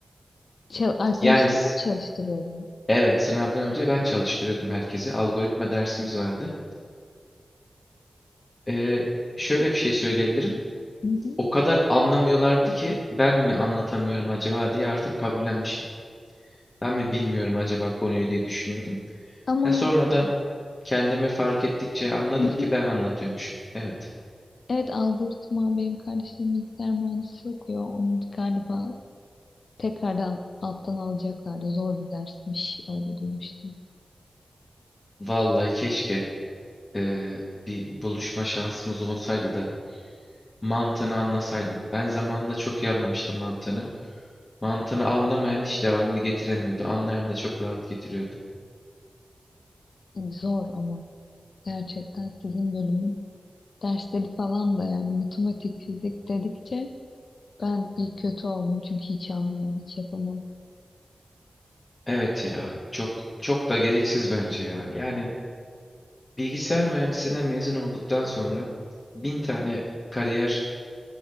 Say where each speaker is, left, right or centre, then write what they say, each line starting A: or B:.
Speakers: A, on the left; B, on the left.
A: Çal- arkadaşlarına
B: Yani s-
A: mı çalıştırıyordun?
B: evet sınavdan önce ben çalıştırıyordum herkesi. Algoritma dersimiz vardı. Ee, şöyle bir şey söyleyebilirim.
A: hı hı.
B: O kadar anlamıyorlardı ki ben mi anlatamıyorum acaba diye artık kabullenmiştim. Ben mi bilmiyorum acaba konuyu diye düşünüyordum.
A: Ama
B: Ha, sonradan kendimi fark ettikçe anladım
A: hı
B: ki
A: hı.
B: ben anlatıyormuşum. Evet.
A: evet algoritma benim kardeşlerim bilgisayar mühendisi okuyor. Onu galiba tekrardan alttan alacaklardı. Zor bir dersmiş öyle duymuştum.
B: Vallahi keşke ee, bir buluşma şansımız olsaydı da mantığını anlasaydım. Ben zamanında çok iyi anlamıştım mantığını. Mantığını anlamayan hiç devamını getiremiyordu. Anlayan da çok rahat getiriyordu.
A: Yani zor ama gerçekten sizin bölümün Dersleri falan da yani matematik, fizik dedikçe ben bir kötü oldum çünkü hiç anlamam, hiç yapamam.
B: Evet ya, çok çok da gereksiz bence ya. Yani bilgisayar mühendisliğinden mezun olduktan sonra bin tane kariyer